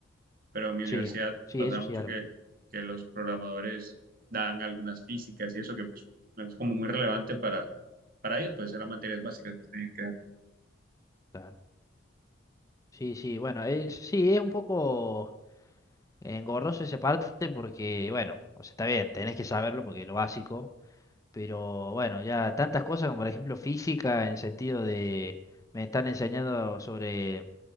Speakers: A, on the right; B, on the left.
A: pero en mi universidad
B: sí, sí,
A: pasaba
B: eso
A: mucho
B: sí algo.
A: que, que los programadores daban algunas físicas y eso que pues no es como muy relevante para, para ellos, pues eran materias básicas que se tenían que dar.
B: Claro. Sí, sí, bueno, es, sí, es un poco engorroso esa parte porque, bueno, o sea, está bien, tenés que saberlo porque es lo básico, pero bueno, ya tantas cosas como por ejemplo física en sentido de me están enseñando sobre